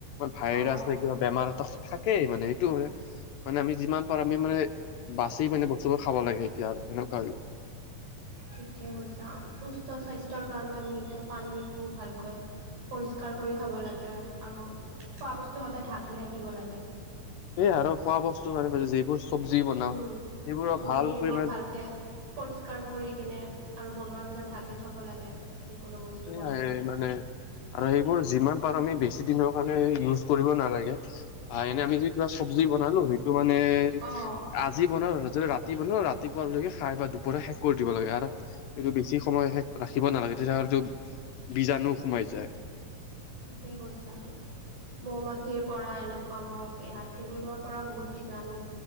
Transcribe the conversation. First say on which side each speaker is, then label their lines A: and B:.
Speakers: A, on the left (about 75°); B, on the right (about 75°).
A: ভাইৰাছ
B: অঁ
A: ন কিবা বেমাৰ এটা থাকেই মানে সেইটো মানে- মানে আমি যিমান পাৰো আমি মানে বাচি মানে বস্তুবোৰ খাব লাগে, এতিয়া আৰু সেনেকুৱা হৈ গ-
B: ঠিকে কৈছা সুস্থ স্বাস্থ্যৰ কাৰণে আমি এতিয়া পানীটো ভালকৈ- পৰিষ্কাৰ কৰি খাব লাগে, আৰু খোৱা বস্তু সদায় ঢাকি ৰাখিব লাগে।
A: এই আৰু খোৱা বস্তু মানে ব যিবোৰ- চব্জি বনাও
B: উম,
A: সেইবোৰৰ
B: চব্জি
A: ভাল
B: এইবোৰ
A: কৰি মানে
B: ভালকে- পৰিষ্কাৰ কৰি কিনে আৰু বনোৱাৰ পিছত ঢাকি থ'ব লাগে, যিকোনো বস্তু।
A: সেয়াই
B: বনাই।
A: মানে। আৰু সেইবোৰ যিমান পাৰো আমি বেছি দিনৰ কাৰণে ইউজ কৰিব নালাগে, আহ এনে আমি যদি- কিবা চব্জি বনালো, সেইটো মানে-
B: অঁ
A: আজি বনাওঁ যদি ৰাতি বনাওঁ ৰাতিপুৱকে খাই বা দুপৰীয়া শেষ কৰি দিব লাগে আৰু এইটো বেছি সময় শেষ। ৰাখিব নালাগে তেতিয়া আৰুটো- বীজাণু সোমাই যায়।
B: ঠিকে কৈছা মৌ মাখিৰ পৰা এনেকুৱা মহ এইবোৰ লোৱাৰ পৰা বহুত। বিজাণু